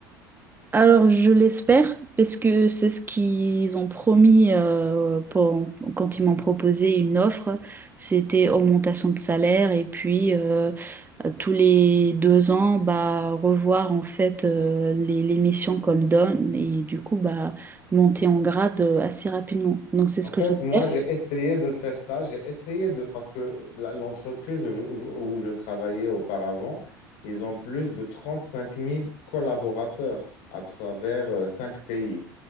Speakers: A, on the right; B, on the left.
A: Alors, je l'espère parce que c'est ce qu'ils ont promis euh, pour- quand ils m'ont proposé une offre. C'était augmentation de salaire et puis euh, tous les deux ans, bah, revoir en fait euh, les, les missions comme donne et du coup, bah, monter en grade euh, assez rapidement. Donc, c'est
B: En
A: ce
B: fait,
A: que j'espère.
B: moi, j'ai essayé de faire ça. J'ai essayé de... Parce que la- l'entreprise où je, où je- où je travaillais auparavant, ils ont plus de 35 000 collaborateurs à travers euh, cinq pays.